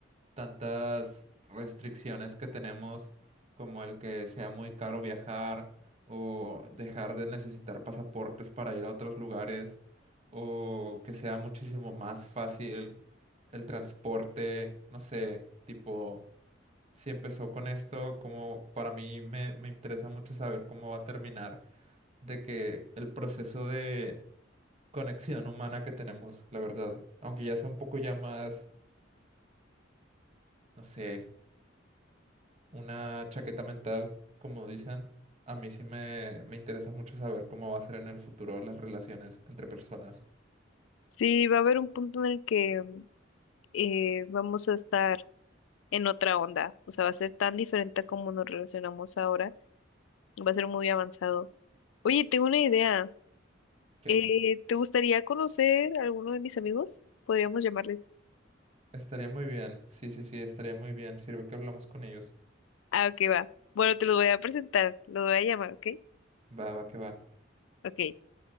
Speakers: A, on the right; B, on the left.
A: tantas restricciones que tenemos, como el que sea muy caro viajar o dejar de necesitar pasaportes para ir a otros lugares, o que sea muchísimo más fácil el transporte, no sé, tipo, si empezó con esto, como para mí me, me interesa mucho saber cómo va a terminar, de que el proceso de conexión humana que tenemos, la verdad, aunque ya sea un poco ya más... No sé, una chaqueta mental, como dicen. A mí sí me, me interesa mucho saber cómo va a ser en el futuro las relaciones entre personas.
B: Sí, va a haber un punto en el que eh, vamos a estar en otra onda, o sea, va a ser tan diferente a como nos relacionamos ahora, va a ser muy avanzado. Oye, tengo una idea,
A: Que
B: eh, ¿te gustaría conocer a alguno de mis amigos? Podríamos llamarles.
A: estaría muy bien. Sí, sí, sí, estaría muy bien. Sirve que hablamos con ellos.
B: Ah, ok, va. Bueno, te los voy a presentar, los voy a llamar, ¿ok?
A: Va, va, que va.
B: Ok, <laughs>